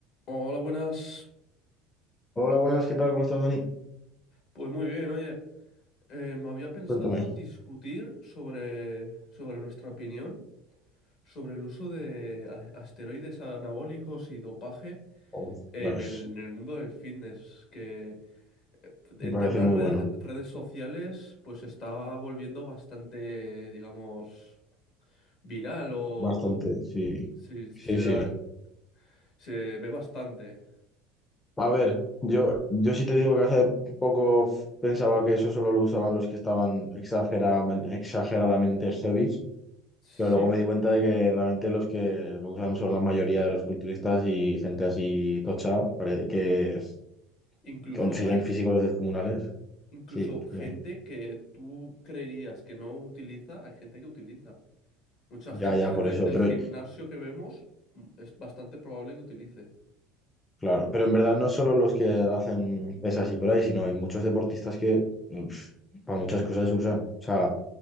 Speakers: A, on the left (about 55°); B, on the left (about 15°).
A: Hola, buenas.
B: Hola, buenas, ¿qué tal? ¿Cómo estás, Dani?
A: Pues muy bien, oye. Eh, me había pensado
B: Cuéntame.
A: discutir sobre, sobre nuestra opinión sobre el uso de a- asteroides anabólicos y dopaje
B: Ostras,
A: en el, en el mundo del fitness, que en
B: me parece
A: temas
B: muy bueno.
A: de redes sociales pues se está volviendo bastante, digamos, viral o
B: Bastante, sí.
A: sí, se
B: Sí, sí.
A: da- se ve bastante.
B: A ver, yo, yo sí te digo que hace poco f- pensaba que eso solo lo usaban los que estaban exageradamente, exageradamente heavy,
A: Sí,
B: pero luego me di cuenta de que realmente los que lo usan son la mayoría de los culturistas y gente así tocha, pare- que f-
A: incluso
B: consiguen
A: hay,
B: físicos descomunales.
A: Incluso
B: Sí,
A: gente
B: dime.
A: que tú creerías que no utiliza, hay gente que utiliza. Mucha
B: Ya,
A: gente
B: ya, por
A: de-
B: eso.
A: del
B: Pero
A: gimnasio que vemos mm, es bastante probable que utilice.
B: Claro, pero en verdad no solo los que hacen pesas y por ahí, sino hay muchos deportistas que uf, para muchas cosas usan. O sea,